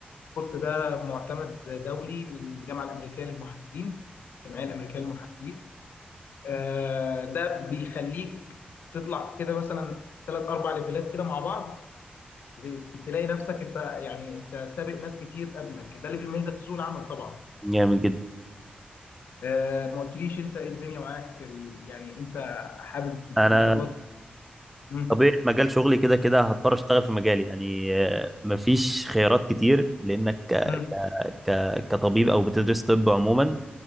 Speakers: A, on the left; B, in the centre.
A: الكورس ده معتمد دولي من الجامعة الأمريكية للمحاسبين الجمعية الأمريكية للمحاسبين آه، ده بيخليك تطلع كده مثلا ثلاث أربع ليفلات كده مع بعض ت- تلاقي نفسك أنت يعني أنت سابق ناس كتير قبلك ده اللي بيميزك في سوق العمل طبعا
B: جامد جدا
A: آه، ما قلتليش أنت إيه الدنيا معاك ال- يعني أنت حابب
B: انا
A: إن شاء الله مم.
B: طبيعه مجال شغلي كده كده هضطر اشتغل في مجالي يعني آه، مفيش خيارات كتير لانك ك...
A: مم.
B: ك... كطبيب او بتدرس طب عموما ما